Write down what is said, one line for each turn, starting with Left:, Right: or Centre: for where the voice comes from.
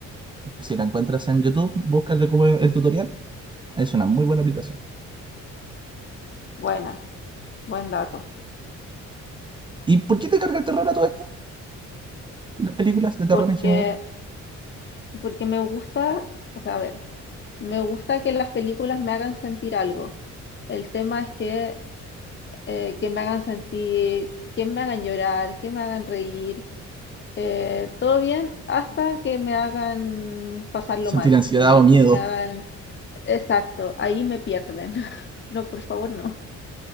Right: Si la encuentras en YouTube, búscale como el tutorial. Es una muy buena aplicación.
Left: Buena, buen dato.
Right: ¿Y por qué te carga el terror a todo esto? Las películas de terror
Left: Porque,
Right: en general.
Left: porque me gusta, o sea, a ver, me gusta que las películas me hagan sentir algo. El tema es que, eh, que me hagan sentir, que me hagan llorar, que me hagan reír, eh, todo bien, hasta que me hagan pasarlo
Right: Sentir
Left: mal,
Right: ansiedad
Left: como
Right: o miedo.
Left: que me hagan, exacto, ahí me pierden. <laughs> No, por favor, no.